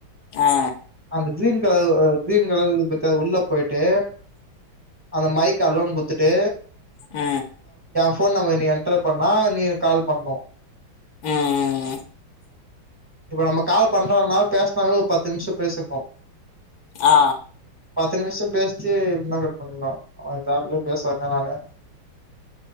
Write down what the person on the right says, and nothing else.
அந்த ஜீன் அவ் அவ் கிரீன் கலர் இருக்கு பாத்தியா உள்ள போயிட்டு அந்த மைக் அலோனு குத்துட்டு
ஃபோன் நம்பர் நீ என்டர் பண்ணா நீ எனக்கு கால் பண்ணு
இப்ப நம்ம கால் பண்றோன்னா பேசினாவே ஒரு பத்து நிமிஷ பேசிருந்தோ
பத்து நிமிஷோ பேசிச்சு முன்னா கட் பண்ணிக்லா அனா இந்த ஆஃப்லயே பேசறே இல்ல நானே